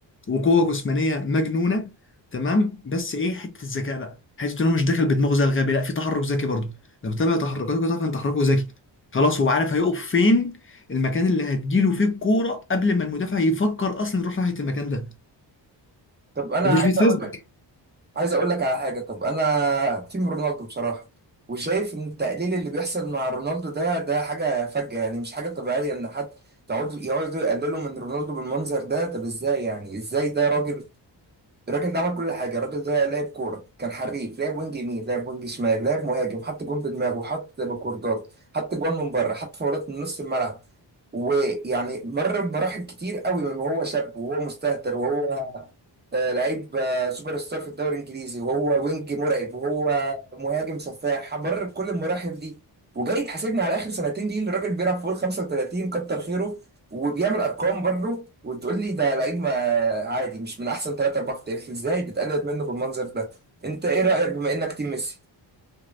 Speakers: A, on the left; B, on the right.
A: وقوه جسمانيه مجنونه تمام بس ايه حته الذكاء بقى حته انه مش داخل بدماغه زي الغبي لا في تحرك ذكي برضه لو تتابع تحركاته كده تعرف ان تحركه ذكي خلاص هو عارف هيقف فين المكان اللي هتجيله فيه الكوره قبل ما المدافع يفكر اصلا يروح ناحيه المكان ده
B: طب انا
A: ومش
B: عايز
A: بيتفزلك
B: اقول لك عايز اقول لك على حاجه طب انا تيم رونالدو بصراحه وشايف ان التقليل اللي بيحصل مع رونالدو ده ده حاجه فجأة يعني مش حاجه طبيعيه ان حد تقعد يقعدوا يقللوا من رونالدو بالمنظر ده طب ازاي يعني ازاي ده راجل الراجل ده عمل كل حاجه الراجل ده لعب كوره كان حريف لعب وينج يمين لعب وينج شمال لعب مهاجم حط جون بدماغه حط بكوردات حط جون من بره حط فاولات من نص الملعب ويعني مر بمراحل كتير قوي من وهو شاب وهو مستهتر وهو آه، لعيب آه، سوبر ستار في الدوري الانجليزي وهو وينج مرعب وهو مهاجم سفاح مر بكل المراحل دي وجاي تحاسبني على اخر سنتين دي ان الراجل بيلعب فوق ال 35 كتر خيره وبيعمل ارقام برضه وتقول لي ده لعيب ما عادي مش من احسن ثلاثة اربعة في التاريخ ازاي بتقلل منه بالمنظر ده انت ايه رايك بما انك تيم ميسي